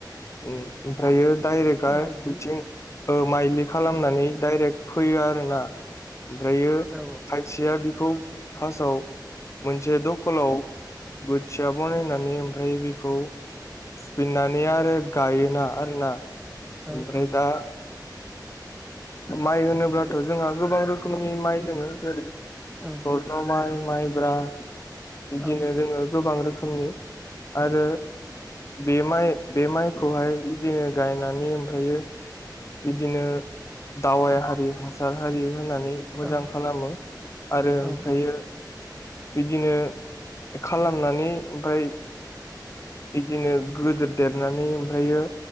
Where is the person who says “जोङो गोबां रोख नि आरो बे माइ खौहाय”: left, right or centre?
Left